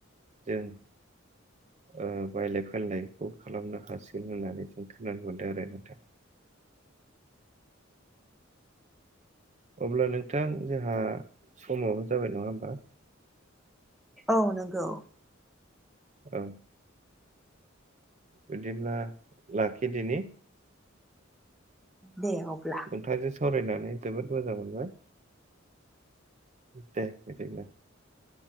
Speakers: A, on the right; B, in the centre.
A: जों ओ बायलाय फानलायखौ खालामनो हासिगोन होननानै जों खोनानो मोनदों आरो नोंथां अब्ला नोंथां जोंहा समाबो जाबाय नङा होमबा?
B: औ नंगौ
A: औ बिदिब्ला लाखिदिनि
B: दे अब्ला
A: नोंथांजों सावरायनानै जोबोद मोजां मोनबाय दे बिदिब्ला